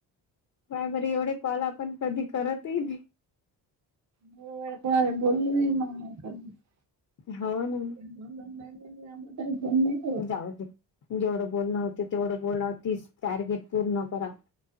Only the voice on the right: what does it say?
मी एवढे कोणाला बोलले नाही <unintelligible>
दोन महिने झाले, अमृताला फोन नाही. करत.